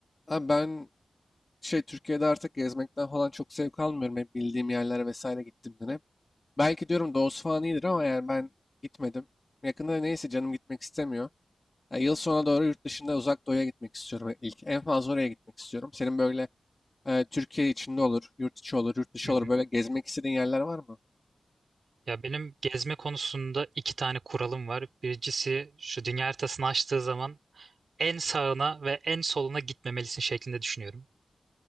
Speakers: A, on the left; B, on the right.
A: Abi ben şey Türkiye'de artık gezmekten falan çok zevk almıyorum. Hep bildiğim yerlere vesaire gittiğimden hep. Belki diyorum doğusu falan iyidir ama yani ben gitmedim. Yakında neyse canım gitmek istemiyor. Ya yıl sonuna doğru yurt dışında uzak doğuya gitmek istiyorum ilk. En fazla oraya gitmek istiyorum. Senin böyle e, Türkiye içinde olur, yurt içi olur, yurt dışı
B: Hı hı.
A: olur. Böyle gezmek istediğin yerler var mı?
B: Ya benim gezme konusunda iki tane kuralım var. Birincisi şu dünya haritasını açtığı zaman en sağına ve en soluna gitmemelisin şeklinde düşünüyorum.